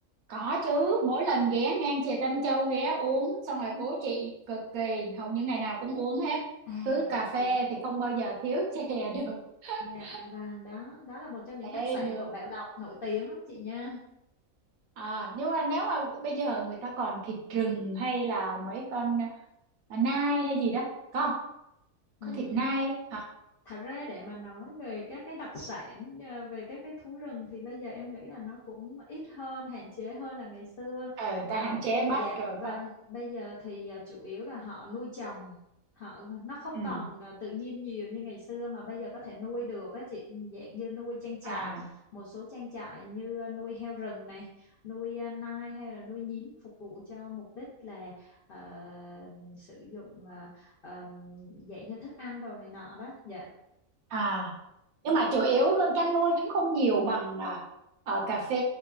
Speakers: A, on the right (about 75°); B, on the left (about 70°).
A: có chứ mỗi lần ghé ngang chè Tâm Châu ghé uống xong rồi bố chị cực kỳ hầu như ngày nào cũng uống hết
B: à
A: cứ cà phê
B: dạ
A: thì không bao giờ thiếu chè được <laughs>
B: dạ vâng đó đó là một trong những đặc
A: Ê,
B: sản
A: được
B: của Bảo Lộc nổi tiếng lắm chị nha
A: à, nhưng mà nếu mà bây giờ người ta còn thịt rừng hay là mấy con à, nai hay gì đó có không?
B: Ừ,
A: có thịt nai hả
B: thật ra để mà nói về các cái đặc sản à, về các cái thú rừng thì bây giờ em nghĩ là nó cũng ít hơn hạn chế hơn là ngày xưa
A: ờ người ta
B: à,
A: hạn chế
B: dạ
A: bắt rồi
B: vâng
A: phải không
B: bây giờ thì à, chủ yếu là họ nuôi trồng họ nó không
A: ừ
B: còn à, tự nhiên nhiều như ngày xưa mà bây giờ có thể nuôi được á chị dạng như nuôi trang trại
A: à
B: một số trang trại như à, nuôi heo rừng này nuôi à, nai hay là nuôi nhím phục vụ cho mục đích là ờ, sử dụng à, ờ, dạng như thức ăn đồ này nọ đó dạ
A: à nhưng mà chủ yếu con canh nuôi cũng không nhiều bằng à, ờ, cà phê